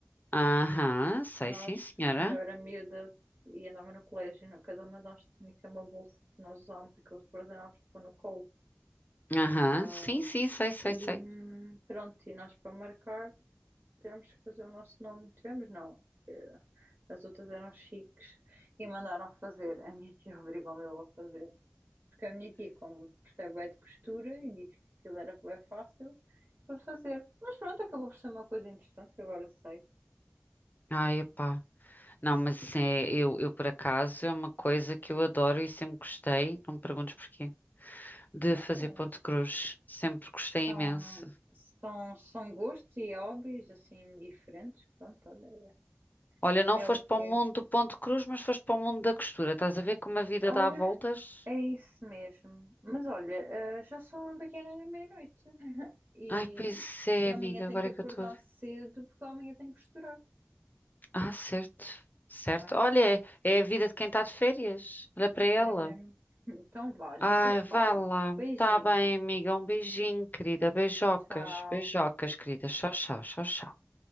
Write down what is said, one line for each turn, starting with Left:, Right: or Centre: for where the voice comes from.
Left: Aham, sei
Right: Nós,
Left: sim, senhora.
Right: quando eu era miúda e andava no colégio, não- cada uma de nós tinha que ter uma bolsa que nós usámos aqueles guardanapos para pôr no colo.
Left: Aham,
Right: Ah,
Left: sim, sim, sei, sei,
Right: E
Left: sei.
Right: hum, pronto, e nós para marcar tivemos que fazer o nosso nome. Tivemos, não. eh, As outras eram chiques e mandaram fazer. A minha tia <laughs> obrigou-me eu a fazer. Porque a minha tia, como percebe é de costura, e disse que aquilo era bem fácil para fazer. Mas pronto, acabou por ser uma coisa interessante, que agora sei. Pronto.
Left: Ai, epá. Não, mas assim, é, eu, eu por acaso é uma coisa que eu adoro e sempre gostei. Não me perguntes porquê. de
Right: Não,
Left: fazer Ponte Cruz. Sempre gostei
Right: são,
Left: imenso.
Right: são, são gostos e hobbies assim diferentes. Pronto, olha,
Left: Olha, não
Right: é, é
Left: foste
Right: o que
Left: para o
Right: é.
Left: mundo do Ponte Cruz, mas foste para o mundo da costura. Estás a ver como a vida
Right: Olha,
Left: dá voltas?
Right: é isso mesmo. Mas olha, eh, já são daqui a nada meia-noite. E,
Left: Ai, pois é,
Right: e amanhã
Left: amiga,
Right: tenho
Left: agora
Right: que acordar
Left: é que eu estou a ver.
Right: cedo porque amanhã tenho que costurar.
Left: Ah, certo, certo.
Right: Tá bem?
Left: Olha, é é a vida de quem está de férias. Olha para ela.
Right: É mesmo. Então vá, a gente
Left: Ai,
Right: depois fala.
Left: vai lá.
Right: Beijinho.
Left: Tá bem, amiga. Um beijinho, querida. Beijocas,
Right: Tchau.
Left: beijocas, querida. Tchau, tchau, tchau, tchau.